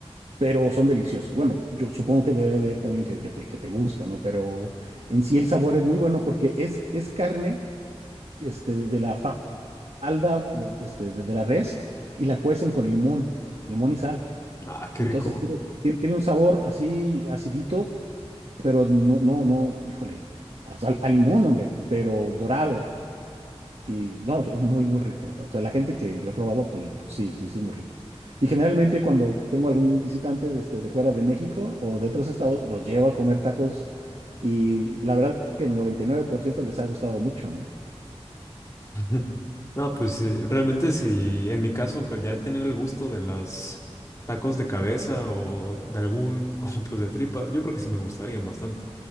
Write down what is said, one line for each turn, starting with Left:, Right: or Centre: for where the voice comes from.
Right: pero son deliciosos. Bueno, yo supongo que debe haber también que, que te, que te gusta, ¿no? Pero en sí el sabor es muy bueno porque es, es carne este, de, de la fa- falda de, este, de, de la res y la cuecen con limón, limón y sal.
Left: Ah, qué
Right: Entonces
Left: rico.
Right: tiene, tiene tiene un sabor así acidito, pero no, no, no, híjole, o sea, a limón, hombre, pero dorado. Y no, es muy, muy rico. O sea, la gente que lo ha probado, pues, pues sí, sí, sí, es muy rico. Y generalmente cuando tengo algún visitante de, este, de fuera de México o de otros estados, los llevo a comer tacos y la verdad que el 99% les ha gustado mucho, ¿no?
Left: Ujú. No, pues sí, realmente si en mi caso, que ya tener el gusto de las tacos de cabeza o de algún, <laughs> o pues de tripa, yo creo que sí me gustarían bastante.